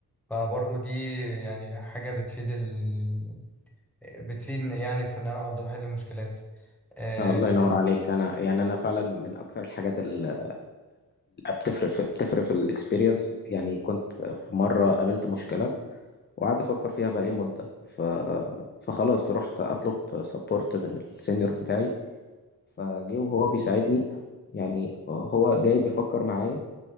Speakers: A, in the centre; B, on the left (about 30°).
A: فبرضه دي يعني حاجة بتفيد ال... بتفيدني يعني في إن أنا أقدر أحل مشكلات آه
B: آه، الله ينور عليك انا يعني انا فعلا من اكتر الحاجات اللي بتفرق في... بتفرق في الاكسبيرينس يعني كنت في مره قابلت مشكله وقعدت افكر فيها بقالي مده ف... فخلاص رحت اطلب سبورت من السينيور بتاعي فجه وهو بيساعدني يعني هو جاي بيفكر معايا